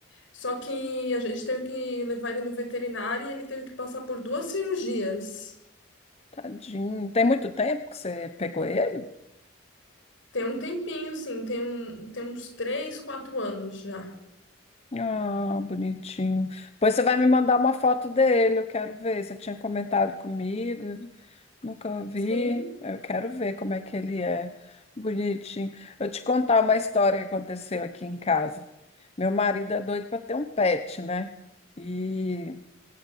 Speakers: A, on the left; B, on the left.
A: Só que a gente teve que levar ele no veterinário e ele teve que passar por duas cirurgias.
B: Tadinho. Tem muito tempo que você pegou ele?
A: Tem um tempinho, sim, tem, um, tem uns três, quatro anos já.
B: Ah, bonitinho. Pois você vai me mandar uma foto dele, eu quero ver. Você tinha comentado comigo, nunca vi.
A: Sim,
B: Eu quero ver como é que ele é. Bonitinho. Eu te contar uma história que aconteceu aqui em casa. Meu marido é doido para ter um pet, né? E